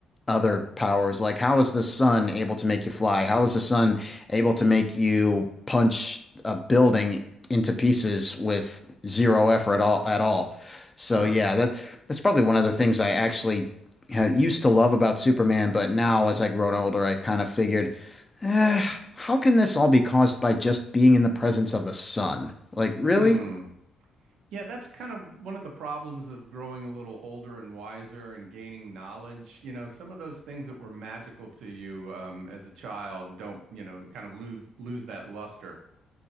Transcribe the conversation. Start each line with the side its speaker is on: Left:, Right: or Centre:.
Left: other powers. Like, how is the sun able to make you fly? How is the sun able to make you punch a building into pieces with zero effort at all at all? So
Right: Sure.
Left: yeah, that's that's probably one of the things I actually uh, used to love about Superman, but now as I grown older, I kind of figured, eh, how can this all be caused by just being in the presence of the sun? Like, really?
Right: Hmm. Yeah, that's kind of one of the problems of growing a little older and wiser and gaining knowledge. You know, some of those things that were magical to you um, as a child don't, you know, kind of lose lose that luster